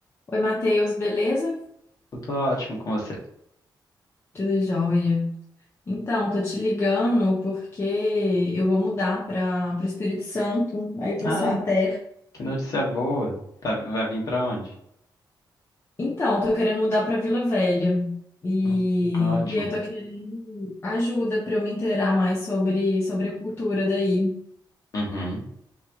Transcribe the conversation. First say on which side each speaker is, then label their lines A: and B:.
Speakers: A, on the left (about 30°); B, on the left (about 50°).
A: Oi, Matheus, beleza?
B: Tudo ótimo com você.
A: Tudo jóia. Então, tô te ligando porque eu vou mudar para o Espírito Santo, aí para
B: Ai,
A: sua terra.
B: que notícia boa. Tá- vai vir pra onde?
A: Então, tô querendo mudar para Vila Velha. E,
B: Hum, ótimo.
A: e eu tô querendo ajuda para eu me inteirar mais sobre, sobre a cultura daí.
B: Uhum.